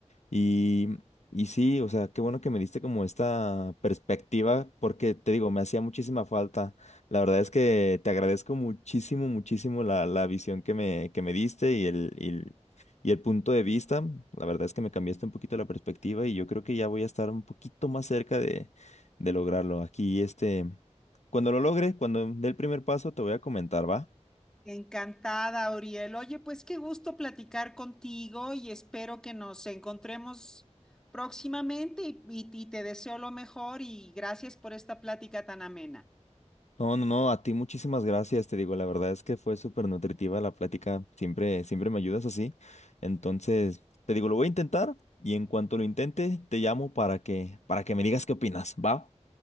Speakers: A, on the left; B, in the centre.
A: Y, y sí, o sea, qué bueno que me diste como esta perspectiva, porque te digo, me hacía muchísima falta. La verdad es que te agradezco muchísimo, muchísimo la, la visión que me, que me diste y el, y el, y el punto de vista. La verdad es que me cambiaste un poquito la perspectiva y yo creo que ya voy a estar un poquito más cerca de, de lograrlo. Aquí, este, cuando lo logre, cuando dé el primer paso, te voy a comentar, ¿va?
B: Encantada, Uriel. Oye, pues qué gusto platicar contigo y espero que nos encontremos próximamente y, y- y te deseo lo mejor y gracias por esta plática tan amena.
A: No, no, no, a ti muchísimas gracias, te digo, la verdad es que fue súper nutritiva la plática, siempre, siempre me ayudas así. Entonces, te digo, lo voy a intentar y en cuanto lo intente, te llamo para que, para que me digas qué opinas, ¿va?